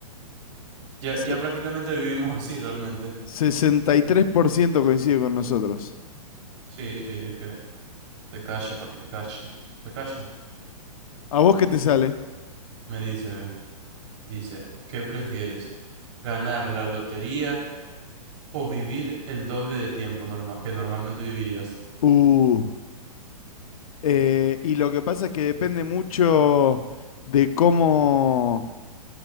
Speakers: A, on the right; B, on the left.
A: Ya,
B: Se-
A: ya prácticamente vivimos <laughs> así, realmente.
B: sesenta y tres por ciento coincide con nosotros.
A: Sí, sí, es que de calle, papi, de calle. De calle.
B: ¿A vos qué te sale?
A: Me dice, ve. Dice, ¿qué prefieres? ¿Ganar la lotería? O vivir el doble de tiempo norma- que normalmente vivirías.
B: Uh, eh, y lo que pasa es que depende mucho de cómo,